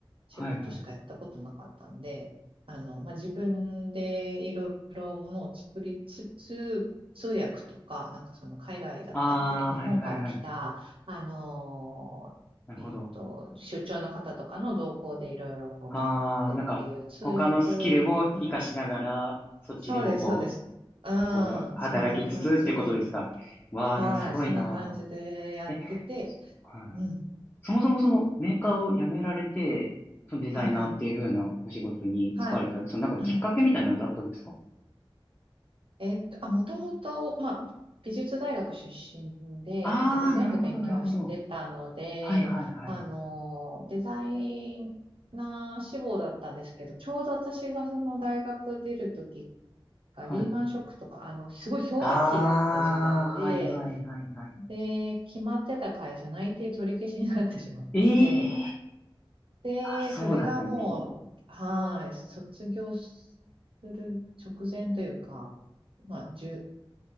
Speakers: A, on the right; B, on the left.
A: 仕事しかやったことなかったんで、
B: はいはい。
A: あの、まあ、自分でいろいろものを作りつつ、通訳とか、なんかその海外だったんで、
B: あー、
A: 日本から来た、
B: はいはいはい。
A: あのーえっと、
B: なるほど。
A: 出張の方とかの動向でいろいろこう回ってっていう通訳の、
B: あー、なんか、他のスキルも活かしながら、
A: うん、
B: そっちでもこう、
A: そうです、そうです。う
B: こう、働きつつっていうことですか。
A: ん、そんな感じで、
B: わー、
A: はい、
B: でもすごいな
A: そんな感じでやってて、
B: ー。え、はい。
A: うん、
B: そもそもそのメーカーを辞められて、そのデザイナーっていう風なお仕事に就かれた、
A: はい、はい、はい、
B: そのなんかきっかけみたいなんてあったんですか
A: はい。えっと、あ、もともと、まあ、美術大学出身で、
B: ああー、
A: デザインの勉強はしてたので、
B: なるほど、なるほど。はいはいはいはい。
A: あの、デザイナー志望だったんですけど、ちょうど私がその大学出るときが、
B: はい。
A: リーマンショックとか、あの、すごい氷河期だった時代で、
B: ああ、はいはいはいはい。
A: で、決まってた会社内定取り消しになってしまって、
B: ええ
A: で、
B: あ、そうだったんですね。
A: それがもう、はーい、卒業する直前というか、まあ、1